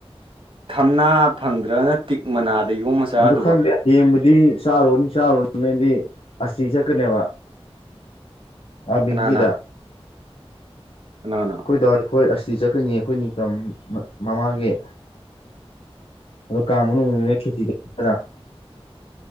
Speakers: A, on the right; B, on the left.
A: ꯊꯝꯅꯥ ꯐꯪꯗ꯭ꯔꯅ ꯇꯤꯛ ꯃꯅꯥꯗ ꯌꯣꯝ ꯃꯆꯥꯗꯨꯕ
B: ꯑꯗꯣ ꯈꯪꯗꯦ ꯌꯦꯡꯕꯨꯗꯤ ꯆꯥꯔꯨꯔꯅꯤ ꯆꯥꯔꯨꯔꯅꯦꯗꯤ ꯑꯁꯤ ꯆꯠꯀꯅꯦꯕ ꯑ ꯃꯤꯒꯤꯗ
A: ꯀꯅꯥꯅ <inaudible>
B: ꯑꯩꯈꯣꯏ ꯋꯥꯏ ꯑꯩꯈꯣꯏ ꯑꯁꯤꯁꯤ ꯆꯠꯀꯅꯤ ꯑꯩꯈꯣꯏ ꯅꯤꯡꯀꯝ ꯃꯃꯥꯒꯤ ꯑꯗꯨꯗ ꯀ ꯀꯥꯡ ꯈꯦ ꯑꯗ